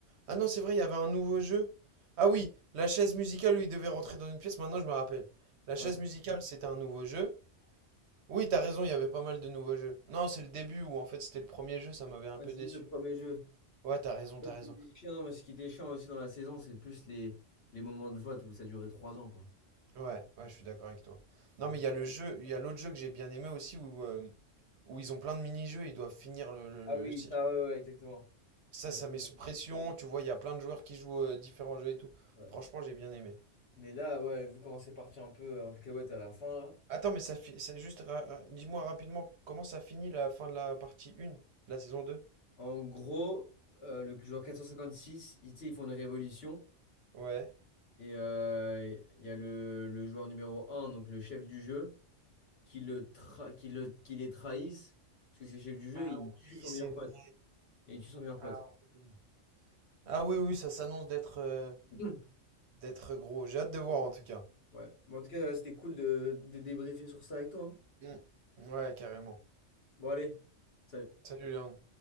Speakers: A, on the right (about 65°); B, on the left (about 55°).
A: Ah non, c'est vrai, il y avait un nouveau jeu. Ah oui, la chaise musicale où il devait rentrer dans une pièce, maintenant je me rappelle. La
B: Ouais.
A: chaise musicale, c'était un nouveau jeu. Oui, t'as raison, il y avait pas mal de nouveaux jeux. Non, c'est le début où en fait c'était le premier jeu, ça m'avait un
B: Ah,
A: peu
B: c'est
A: déçu.
B: juste le premier jeu.
A: Ouais, t'as raison, t'as
B: Ouais, ce
A: raison.
B: qui était chiant, non, mais ce qui était chiant aussi dans la saison, c'est plus les, les moments de vote où ça durait trois ans, quoi.
A: Ouais, ouais, je suis d'accord avec toi.
B: C'est
A: Non,
B: juste-
A: mais il y a le jeu, il y a l'autre jeu que j'ai bien aimé aussi où, euh, où ils ont plein de mini-jeux, ils doivent finir le, le,
B: Ah oui,
A: le circuit.
B: ça, ouais, ouais, exactement.
A: Ça,
B: Il y
A: ça
B: a plus
A: met sous pression, tu vois, il y a plein de joueurs qui jouent euh, différents jeux et tout.
B: ouais.
A: Franchement, j'ai bien aimé.
B: Mais là, ouais, vu comment c'est parti un peu euh, en cacahuète à la fin, là.
A: Attends, mais ça fi- c'est juste, ra- ra- dis-moi rapidement, comment ça finit la fin de la partie 1, de la saison deux.
B: En gros, euh, le joueur 456, ils, tu sais, ils font une révolution.
A: Ouais.
B: Et euh, il y a le, le joueur numéro un, donc le chef du jeu, qui, le tra- qui, le, qui les trahisse. Parce que c'est le chef du jeu,
A: Ah
B: il
A: oui,
B: tue son
A: c'est
B: meilleur pote.
A: vrai.
B: Et il tue son meilleur
A: Ah
B: pote.
A: oui. Ah oui, oui, ça s'annonce d'être euh,
B: <clears throat>
A: d'être gros. J'ai hâte de voir en tout cas.
B: Ouais. Mais en tout cas, ouais, c'était cool de, de débriefer sur ça avec toi. hein.
A: Mm. Ouais, carrément.
B: Bon, allez. Salut.
A: Salut Léon.